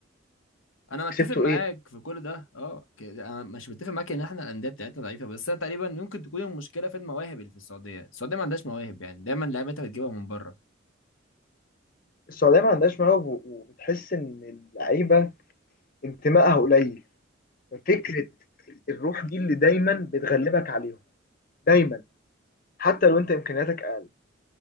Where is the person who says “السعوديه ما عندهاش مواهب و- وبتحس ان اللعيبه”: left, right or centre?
Left